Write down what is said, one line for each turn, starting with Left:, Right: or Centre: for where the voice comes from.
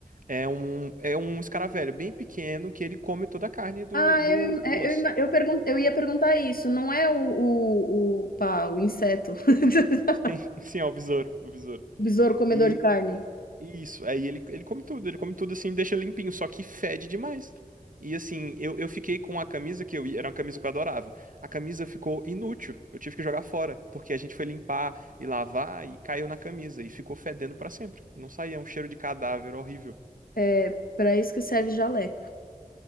Right: É um, é um escaravelho bem pequeno que ele come toda a carne do,
Left: Ah,
Right: do,
Left: eu, im- é,
Right: do osso.
Left: eu, ima- eu, pergun eu ia perguntar isso. Não é o, o, o, pá, o inseto. <laughs>
Right: <laughs> Sim, é o besouro, o besouro.
Left: O besouro comedor
Right: E,
Left: de carne.
Right: e isso, aí ele, ele come tudo, ele come tudo assim, deixa limpinho, só que fede demais. E assim, eu, eu fiquei com a camisa que eu ia, era uma camisa que eu adorava. A camisa ficou inútil, eu tive que jogar fora, porque a gente foi limpar e lavar e caiu na camisa e ficou fedendo pra sempre. Não saía, é um cheiro de cadáver horrível. <laughs>
Left: É para isso que serve jaleco.